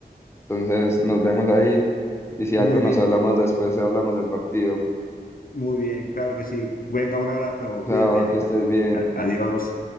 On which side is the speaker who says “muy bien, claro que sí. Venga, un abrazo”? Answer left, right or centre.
Left